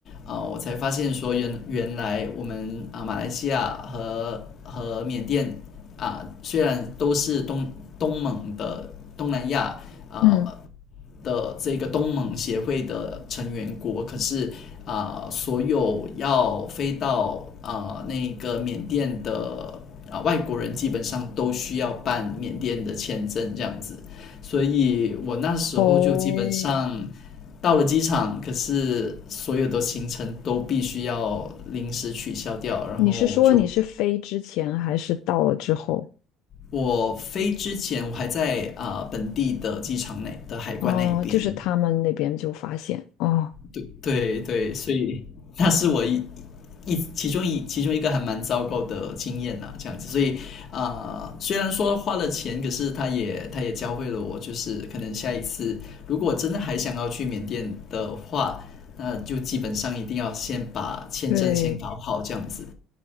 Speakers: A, on the left; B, on the left.
A: 呃，我才发现说原原来我们啊、呃马来西亚和和缅甸啊、呃虽然都是东东盟的东南亚啊、
B: 嗯，
A: 的这个东盟协会的成员国，可是啊、呃所有要飞到啊、呃那个缅甸的啊、呃外国人，基本上都需要办缅甸的签证这样子。所以我那时候就基本上
B: 哦。
A: 到了机场，可是所有的行程都必须要临时取消掉，然后就
B: 你是说你是飞之前还是到了之后？
A: 我飞之前我还在啊、呃本地的机场内的海关那一边。
B: 哦，就是他们那边就发现哦，
A: 对对对，所以那是我一一其中一其中一个还蛮糟糕的经验呐，这样子，所以啊、呃虽然说花了钱，可是他也他也教会了我，就是可能下一次如果真的还想要去缅甸的话，那就基本上一定要先把签证先搞好，
B: 对，
A: 这样子